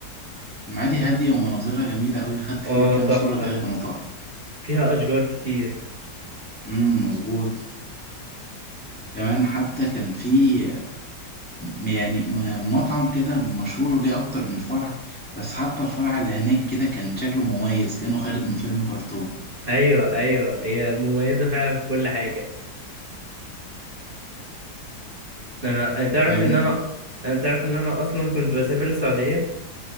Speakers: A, in the centre; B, on the right.
A: المعادي هادية ومناظرها جميلة أوي خدت
B: اه
A: فيها كام
B: تحفة
A: صورة كده كانوا تحفة
B: فيها أشجار كتير
A: امم مظبوط كمان حتى كان في م- يعني م- مطعم كده مشهور ليه أكتر من فرع بس حتى الفرع اللي هناك كده كان شكله مميز كأنه خارج من فيلم كرتون
B: أيوة أيوة هي مميزة فعلا في كل حاجة أنا تعرف
A: طيب
B: إن أنا أنا تعرف إن أنا أصلا كنت بسافر السعودية